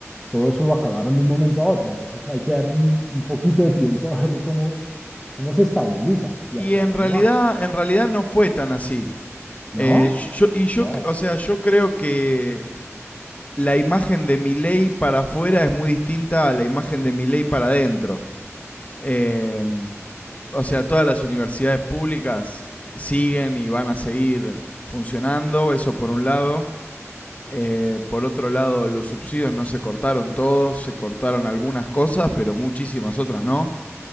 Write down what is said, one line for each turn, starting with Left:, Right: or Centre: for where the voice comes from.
Centre: todo eso lo acabaron de un momento a otro, entonces hay que darle un, un poquito de tiempo a ver cómo, cómo se estabiliza y
Left: Y
Centre: hacia
Left: en
Centre: dónde
Left: realidad,
Centre: va,
Left: en realidad no fue tan así.
Centre: ¿no?
Left: Eh, yo, y yo,
Centre: Wow,
Left: o sea, yo creo que la imagen de Milei para afuera es muy distinta a la imagen de Milei para adentro. Eh, o sea, todas las universidades públicas siguen y van a seguir funcionando, eso por un lado. Eh, por otro lado, los subsidios no se cortaron todos, se cortaron algunas cosas, pero muchísimas otras no.